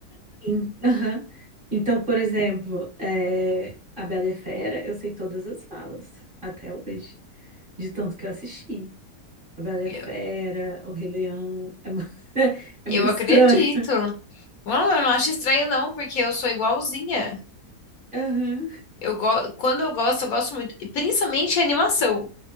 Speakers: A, on the right; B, on the left.
A: Em- Aham. Então, por exemplo, é, A Bela e a Fera, eu sei todas as falas, até hoje, de tanto que eu assisti. A Bela e
B: Eu,
A: a Fera, O Rei Leão, é, ma- <laughs> é
B: eu
A: meio
B: acredito.
A: estranho.
B: Não, eu não acho estranho, não, porque eu sou igualzinha.
A: Aham.
B: Eu go... Quando eu gosto, eu gosto muito. E principalmente animação.